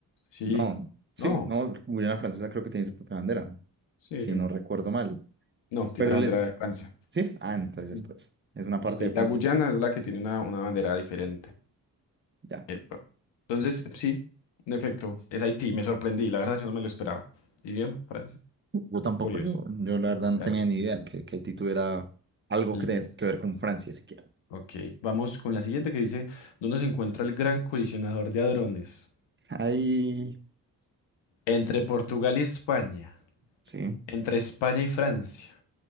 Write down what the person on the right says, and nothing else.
No, sí,
no, Guyana Francesa creo que tiene su propia bandera,
si no recuerdo mal.
Pero
les,
sí, ah, entonces
después, es una parte
de Francia,
ya.
Yo tampoco,
yo, yo la verdad
no tenía ni idea que, que Haití tuviera algo
que, te- que ver con Francia siquiera.
Ahí,
sí,